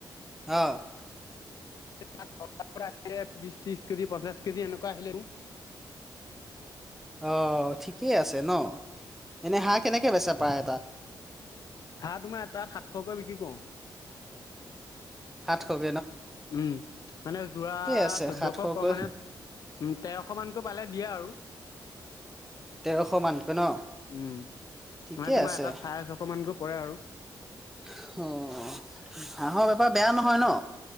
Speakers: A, in the centre; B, on the left (about 50°).
A: অ',
B: <unintelligible> বিশ ত্ৰিশ কেজি পঞ্চাশ কেজি এনে ক আহিলেৰু
A: অ', ঠিকেই আছে ন, এনেই হাহ কেনেকে বেচা পায়তাত
B: হাহ তোমাৰ এটা সাতশকৈ বিক্ৰী কৰো।
A: সাতশ
B: উম, মানে যোৰা
A: আছে
B: চৈধ্যয়শ
A: সাতশকৈ
B: ক-মানে উম, তেৰশ মানকৈ পালে দিয়া আৰু
A: তেৰশ মানকৈ ন,
B: উম।
A: ঠিকেই
B: মানে তোমাৰ
A: আছে।
B: এটা
A: অ,
B: চাৰে ছশ মানকৈ পৰে আৰু
A: হাহৰ বেপাৰ বেয়া নহয় ন?